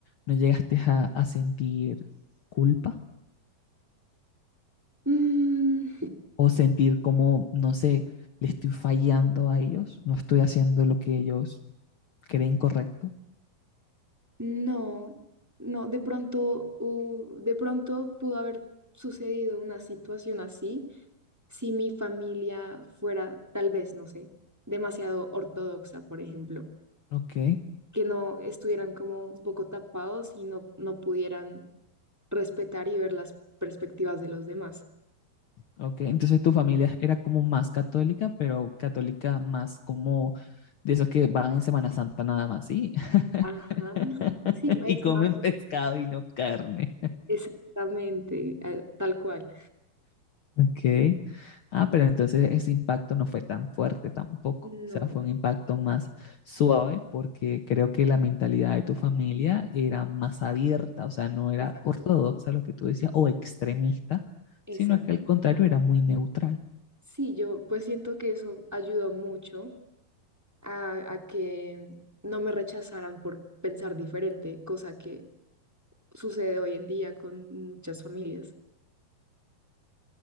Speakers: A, on the left; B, in the centre.
A: ¿no llegaste a, a sentir culpa
B: mm,
A: o sentir como, no sé, le estoy fallando a ellos, no estoy haciendo lo que ellos creen correcto?
B: No, no, de pronto, u- de pronto pudo haber sucedido una situación así si mi familia fuera, tal vez, no sé, demasiado ortodoxa, por ejemplo,
A: Ok.
B: que no estuvieran como un poco tapados y no, no pudieran respetar y ver las perspectivas de los demás.
A: Ok, entonces tu familia era como más católica, pero católica más como de esos que van en Semana Santa nada más, ¿sí?
B: Ajá.
A: <laughs>
B: Sí, es
A: Y comen
B: más
A: pescado y no carne.
B: exactamente, eh, tal cual.
A: Ok. Ah, pero entonces ese impacto no fue tan fuerte tampoco.
B: No,
A: O sea, fue un impacto más suave porque creo que la mentalidad de tu familia era más abierta, o sea, no era
B: exacto,
A: ortodoxa lo que tú decías o extremista,
B: exacto.
A: sino que al contrario era muy neutral.
B: Sí, yo pues siento que eso ayudó mucho a, a que no me rechazaran por pensar diferente, cosa que sucede hoy en día con muchas familias.